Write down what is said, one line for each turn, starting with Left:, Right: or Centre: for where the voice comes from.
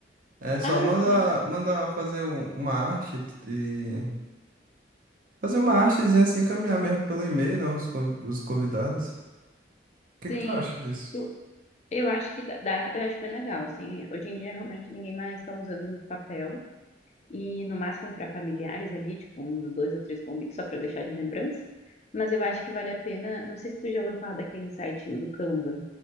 Right: É só
Left: Ah,
Right: manda,
Left: sim.
Right: manda fazer um- uma arte e fazer uma artezinha assim, encaminhar mesmo pelo e-mail, né? Os, conv- os convidados. O que
Left: Sim.
Right: que tu acha disso?
Left: Tu- eu acho que dá, dá- eu acho bem legal, assim. Hoje em dia realmente ninguém mais está usando papel. E no máximo para familiares ali, tipo, um dos dois ou três convites, só para deixar de lembrança. Mas eu acho que vale a pena. Não sei se tu já ouviu falar daquele site do Canva.